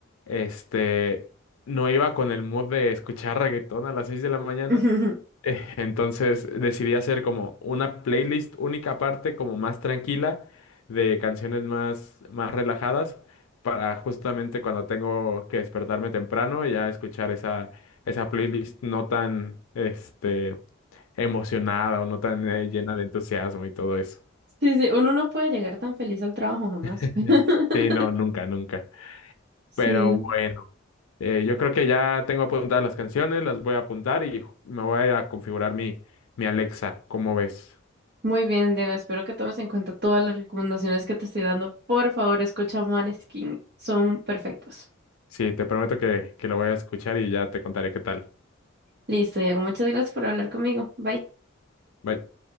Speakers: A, on the left; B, on the right.
A: este, no iba con el mood de escuchar reggaetón a las seis de la mañana,
B: <laughs>
A: <laughs> Eh, Entonces decidí hacer como una playlist única parte, como más tranquila, de canciones más, más relajadas, para justamente cuando tengo que despertarme temprano y ya escuchar esa, esa playlist no tan este, emocionada o no tan eh, llena de entusiasmo y todo eso.
B: Sí, sí, uno no puede llegar tan feliz al trabajo jamás.
A: <laughs>
B: <laughs>
A: Sí, no, nunca, nunca.
B: Sí.
A: Pero bueno, eh, yo creo que ya tengo apuntadas las canciones, las voy a apuntar y ju- me voy a ir a configurar mi, mi Alexa, ¿cómo ves?
B: Muy bien, Diego. Espero que tomes en cuenta todas las recomendaciones que te estoy dando. Por favor, escucha Maneskin. Son perfectos.
A: Sí, te prometo que, que lo voy a escuchar y ya te contaré qué tal.
B: Listo, Diego. Muchas gracias por hablar conmigo. Bye.
A: Bye.